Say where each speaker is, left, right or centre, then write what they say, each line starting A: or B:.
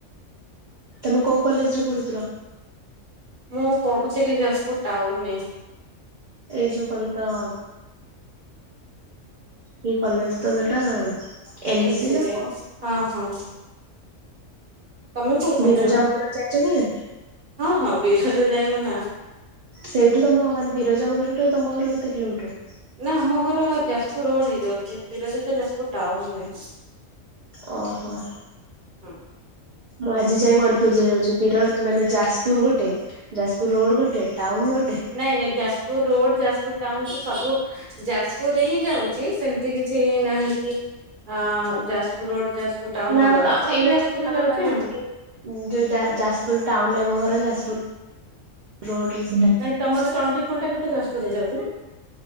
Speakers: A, on the right; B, on the right.
A: ତମେ କୋଉ କଲେଜରେ ପଢୁଥୁଲ?
B: ମୁଁ ପଢ଼ୁଥିଲି ଯାଜପୁର ଟାଉନରେ।
A: ଏଇ ଯୋଉ କଁତ କି କଲେଜ ତ ସେଟା ଏନସି
B: ଏନ୍ସିରେ
A: ନା କଣ?
B: ହଁ ହଁ। ତମେ କୋଉଠି ପଢୁଛ?
A: ବିରଜା ମନ୍ଦିର ଯାଇଛ କେବେ?
B: ହଁ ହଁ ବିରଜା ଯାଇନୁ ନା।
A: ସେଇଠୁ ତମ ମାନେ ବିରଜା ମନ୍ଦିର ଟୁ ତମ ଘର କେତେ କିଲୋମିଟର?
B: ନା ଆମ ଘର ଯାଜପୁର ରୋଡ ହେଇଯାଉଚି ବିରଜା ତ ଯାଜପୁର ଟାଉନ୍ ରେ।
A: ଓହୋ।
B: ହଁ।
A: ମୁଁ ଆଜି ଯାଏଁ କନଫ୍ୟୁଜ୍ ହେଇଯାଉଛି ବିର ମାନେ ଯାଜପୁର ଗୋଟେ। ଯାଜପୁର ରୋଡ ଗୋଟେ ଟାଉନ ଗୋଟେ।
B: ନାଇଁ ନାଇଁ ଯାଜପୁର ରୋଡ ଯାଜପୁର ଟାଉନ ତ ସବୁ ଯାଜପୁରେ ହିଁ ଯାଉଚି ସେ ସେମିତି କିଛି ନାହିଁ କି ଅ ଯାଜପୁର ରୋଡ ଯାଜପୁର ଟାଉନ
A: ନା
B: ଅଲଗା
A: ଏଇଟା
B: ସବୁ ଯାଜପୁର
A: ଯେମିତି
B: ରେ
A: ତମେ
B: ଯାଉଛି
A: କହିଲନି
B: ଆଉ।
A: କି ଯୋଉ ଯା ଯାଜପୁର ଟାଉନ ରେ ଆମ ଘର ଯାଜପୁର ରୋଡ ରେ
B: ନାଇଁ ତମ ଚାଣ୍ଡିଖୋଲ ଟା ବି ତ ଯାଜପୁର ରେ ଯାଉଛି ନା?